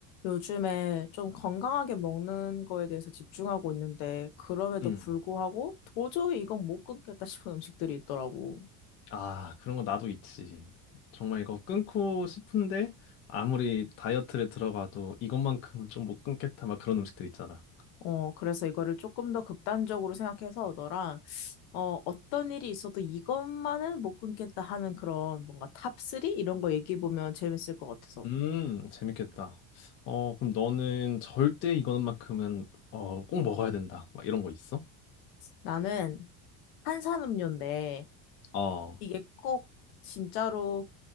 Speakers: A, on the left; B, on the left.
A: 요즘에 좀 건강하게 먹는 거에 대해서 집중하고 있는데, 그럼에도
B: 음.
A: 불구하고 도저히 이건 못 끊겠다 싶은 음식들이 있더라고.
B: 아, 그런 거 나도 있지. 정말 이거 끊고 싶은데 아무리 다이어트를 들어가도 이것만큼은 좀 못 끊겠다 막 그런 음식들 있잖아.
A: 어, 그래서 이거를 조금 더 극단적으로 생각해서 너랑, 어, 어떤 일이 있어도 이것만은 못 끊겠다 하는 그런 뭔가 탑3? 이런 거 얘기해보면 재밌을 것 같아서.
B: 음, 재밌겠다. 어, 그럼 너는 절대 이거만큼은 어, 꼭 먹어야 된다. 막 이런 거 있어?
A: 나는 탄산음료인데,
B: 어.
A: 이게 꼭 진짜로